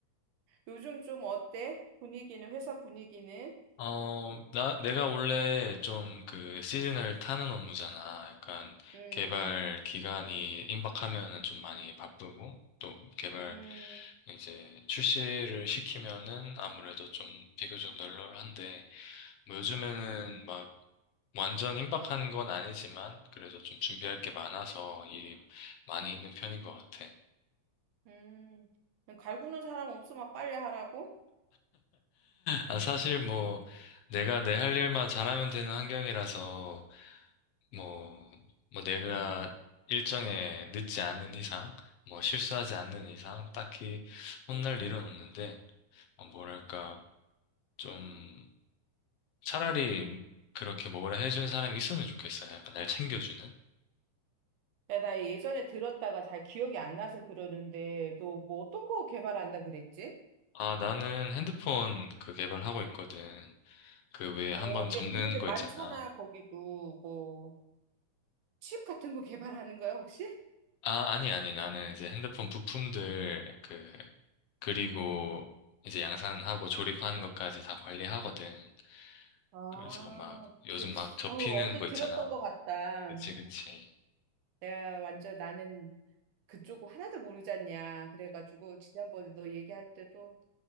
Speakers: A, on the right; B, on the left.
A: 요즘 좀 어때? 분위기는, 회사 분위기는?
B: 어, 나, 내가 원래 좀 그 시즌을 타는 업무잖아. 약간
A: 음,
B: 개발 기간이 임박하면은 좀 많이 바쁘고, 또 개발
A: 음.
B: 이제 출시를 시키면은 아무래도 좀 비교적 널널한데, 뭐 요즘에는 막 완전 임박한 건 아니지만, 그래도 좀 준비할 게 많아서 일이 많이 있는 편인 것 같아.
A: 음, 갈구는 사람 없어 막 빨리 하라고?
B: 아, 사실 뭐, 내가 내 할 일만 잘하면 되는 환경이라서, 뭐, 뭐 내가 일정에 늦지 않은 이상, 뭐 실수하지 않는 이상, 딱히 혼날 일은 없는데, 어, 뭐랄까, 좀, 차라리 그렇게 뭐라 해준 사람이 있으면 좋겠어요. 약간 날 챙겨주는.
A: 야, 나 예전에 들었다가 잘 기억이 안 나서 그러는데, 너 뭐 어떤 거 개발한다 그랬지?
B: 아, 나는 핸드폰 그 개발하고 있거든. 그 왜
A: 어,
B: 한번 접는
A: 예, 근데
B: 거
A: 많잖아,
B: 있잖아.
A: 거기도. 뭐, 칩 같은 거 개발하는 거야, 혹시?
B: 아, 아니, 아니, 나는 이제 핸드폰 부품들 그 그리고 음, 이제 양산하고 조립하는 것까지 다 관리하거든.
A: 아,
B: 그래서 막 요즘
A: 그,
B: 막 접히는
A: 어, 언뜻
B: 거
A: 들었던
B: 있잖아.
A: 것 같다.
B: 그치, 그치.
A: 내가 완전 나는 그쪽 하나도 모르지 않냐. 그래가지고, 지난번에 너 얘기할 때도,